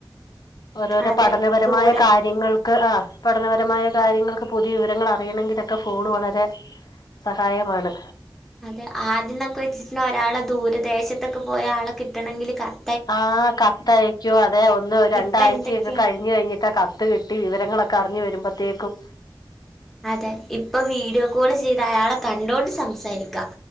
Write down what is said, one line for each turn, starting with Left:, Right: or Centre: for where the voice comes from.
Left: ഓരോരോ
Centre: അതെ
Left: പഠനപരമായ
Centre: ദൂരെ
Left: കാര്യങ്ങൾക്ക്
Centre: ഉം.
Left: ആ പഠനപരമായ കാര്യങ്ങൾക്ക് പുതിയ വിവരങ്ങൾ അറിയണെങ്കിലൊക്കെ ഫോണ് വളരെ സഹായമാണ്
Centre: അതെ ആദ്യംന്നൊക്കെ വെച്ചിച്ച്നാ ഒരാള് ദൂരദേശത്തൊക്കെ പോയ ആളെ കിട്ടണെങ്കില് കത്
Left: ആ കത്തയക്കുവോ അതോ ഒന്ന് രണ്ടാഴ്ചയൊക്കെ
Centre: ഇപ്പൊ എന്തൊക്കെയാ
Left: കഴിഞ്ഞ് കഴിഞ്ഞിട്ട് കത്ത് കിട്ടി വിവരങ്ങളൊക് ക്കറിഞ്ഞു വരുമ്പോത്തേക്കും
Centre: അതെ ഇപ്പൊ വീഡിയോ കോള് ചെയ്ത് അയാളെ കണ്ടോണ്ട് സംസാരിക്കാ